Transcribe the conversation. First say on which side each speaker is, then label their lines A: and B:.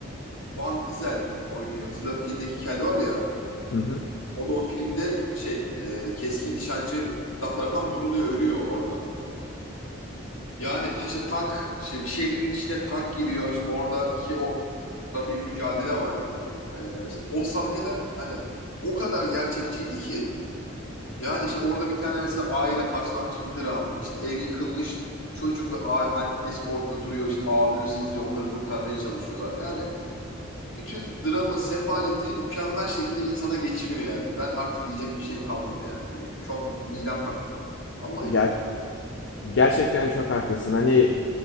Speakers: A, on the left; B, on the left.
A: Van Diesel oynuyor. Hızlı ve Öfkeli'deki Kel var ya.
B: Hı hı.
A: O da o filmde şey e, keskin nişancı da tarafından vuruluyor ölüyor orada. Yani taşla tank işte bir şehrin içine tank giriyor işte oradaki o da bir mücadele var yani. E, mesela o sahneler hani o kadar gerçekçiydi ki yani işte orada bir tane mesela aile parçalanmış bir dram işte ev yıkılmış çocuk ve a- annesi orada duruyor işte ağlıyor sızlıyor onları kurtarmaya çalışıyorlar. Yani bütün dramı, sefaleti mükemmel şekilde insana geçiriyor yani. Ben artık diyecek bir şeyim kalmadı yani. Hani şu an midem kalktı. Vallahi
B: Ya
A: midem kalktı.
B: gerçekten çok haklısın. Hani